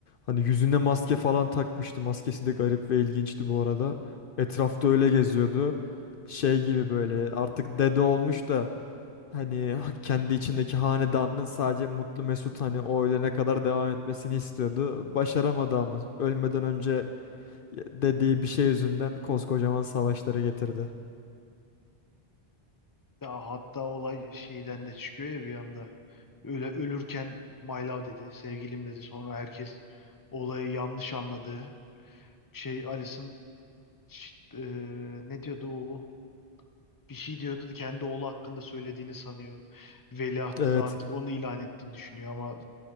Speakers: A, on the left (about 60°); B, on the left (about 20°).
A: Hani yüzüne maske falan takmıştı. Maskesi de garip ve ilginçti bu arada. Etrafta öyle geziyordu şey gibi böyle artık dede olmuş da Hani kendi içindeki hanedanının sadece mutlu mesut hani o ölene kadar devam etmesini istiyordu. Başaramadı ama ölmeden önce dediği bir şey yüzünden koskocaman savaşları getirdi.
B: Ya hatta olay şeyden de çıkıyor ya bir anda. Öyle ölürken my love dedi, sevgilim dedi. Sonra herkes olayı yanlış anladı. Şey Alison Ş- eee, ne diyordu o? Bir şey diyordu da kendi oğlu hakkında söylediğini sanıyor. Veliahtı
A: Evet
B: da artık onu ilan ettiğini düşünüyor ama